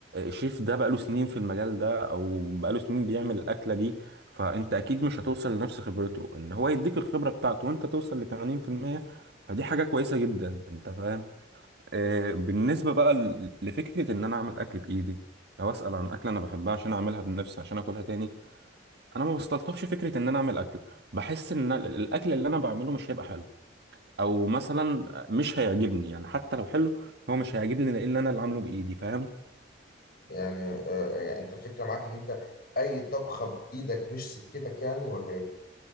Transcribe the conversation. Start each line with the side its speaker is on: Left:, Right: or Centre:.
Right: شيف ده بقاله سنين في المجال ده او بقاله سنين بيعمل الاكله دي فانت اكيد مش هتوصل لنفس خبرته ان هو يديك الخبره بتاعته وانت توصل ل 80% فدي حاجه كويسه جدا انت فاهم آه، بالنسبه بقى ل- لفكره ان انا اعمل اكل بايدي او اسال عن اكله انا بحبها عشان اعملها بنفسي عشان اكلها تاني انا ما بستلطفش فكره ان انا اعمل اكل بحس ان ال- الاكل اللي انا بعمله مش هيبقى حلو او مثلا مش هيعجبني يعني حتى لو حلو هو مش هيعجبني لان انا اللي عامله بايدي فاهم
Left: يعني آه، يعني انت الفكره معاك ان انت اي طبخه بايدك مش سكتك يعني ولا ايه